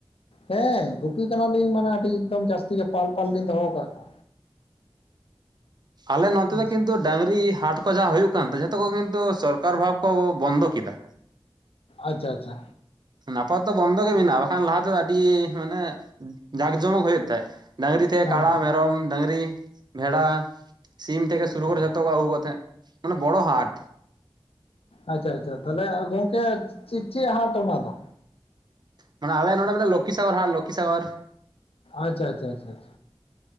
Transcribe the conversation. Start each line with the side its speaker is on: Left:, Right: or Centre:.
Left: ᱦᱮᱸ ᱜᱩᱯᱤ ᱠᱟᱱᱟᱞᱤᱧ ᱢᱟᱱᱮ ᱟᱹᱰᱤ ᱮᱠᱫᱚᱢ ᱡᱟᱹᱥᱛᱤ ᱜᱮ ᱯᱟᱞ ᱯᱟᱞ ᱞᱤᱧ ᱫᱚᱦᱚ ᱟᱠᱟᱫ ᱠᱚᱣᱟ
Right: ᱟᱞᱮ ᱱᱚᱛᱮ
Left: ᱦᱮᱸ
Right: ᱫᱚ ᱠᱤᱱᱛᱩ
Left: ᱥᱮ
Right: ᱰᱟᱹᱟᱝᱨᱤ ᱦᱟᱴ ᱠᱚ ᱡᱟᱦᱟᱸ ᱦᱩᱭᱩᱜ ᱠᱟᱱᱛᱮ ᱡᱷᱚᱛᱚ ᱠᱚ ᱠᱤᱱᱛᱩ ᱥᱚᱨᱠᱟᱨ ᱵᱷᱟᱵᱽ ᱠᱚ ᱵᱚᱱᱫᱚ ᱠᱮᱫᱟ
Left: ᱟᱪᱪᱷᱟ ᱟᱪᱪᱷᱟ
Right: ᱟᱯᱟᱫᱚᱛᱚ ᱵᱚᱱᱫᱚ ᱜᱮ ᱢᱮᱱᱟᱜᱼᱟ ᱵᱟᱠᱷᱟᱱ ᱞᱟᱦᱟ ᱛᱮᱫᱚ ᱟᱹᱰᱤ ᱢᱟᱱᱮ ᱡᱟᱠ ᱡᱚᱢᱚᱠ ᱦᱩᱭᱩᱜ ᱛᱟᱦᱮᱸᱜ ᱰᱟᱹᱝᱨᱤ
Left: ᱦᱮᱸ
Right: ᱛᱮ ᱠᱟᱲᱟ ᱢᱮᱨᱚᱢ ᱰᱟᱹᱝᱨᱤ ᱵᱷᱮᱰᱟ ᱥᱤᱢ ᱛᱮᱜᱮ ᱥᱩᱨᱩ ᱜᱚᱨ
Left: ᱟᱪᱪᱷᱟ
Right: ᱡᱷᱚᱛᱚ ᱠᱚ ᱟᱹᱜᱩ ᱠᱚ ᱛᱟᱦᱮᱸᱜ ᱢᱟᱱᱮ ᱵᱚᱲᱚ ᱦᱟᱴ
Left: ᱟᱪᱪᱷᱟ ᱟᱪᱪᱷᱟ ᱛᱟᱦᱚᱞᱮ ᱜᱚᱢᱠᱮ ᱪᱮᱫ ᱪᱮᱫ ᱦᱟᱴ ᱚᱱᱟ ᱫᱚ,
Right: ᱢᱟᱱᱮ ᱟᱮ ᱱᱚᱰᱮ ᱢᱮᱱᱟᱜᱼᱟ ᱞᱚᱠᱠᱷᱤ ᱥᱟᱜᱚᱨ ᱦᱟᱴ ᱞᱚᱠᱠᱷᱤ ᱥᱟᱜᱚᱨ
Left: ᱟᱪᱪᱷᱟ ᱟᱪᱪᱷᱟ ᱟᱪᱪᱷᱟ